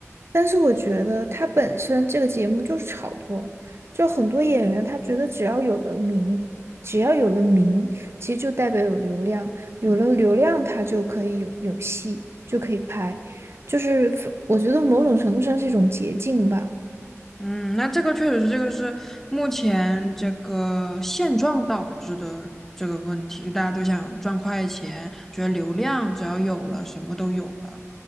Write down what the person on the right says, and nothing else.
但是我觉得她本身这个节目就是炒作，就很多演员他觉得只要有了名，只要有了名，其实就代表有流量，有了流量他就可以有有戏，就可以拍，就是我觉得某种程度上是一种捷径吧。